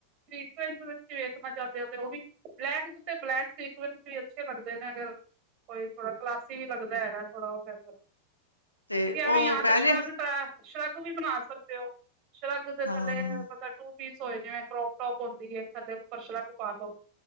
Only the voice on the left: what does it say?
ਤੇ ਉਹ
ਪੈ
ਜੇ
ਹਾਂ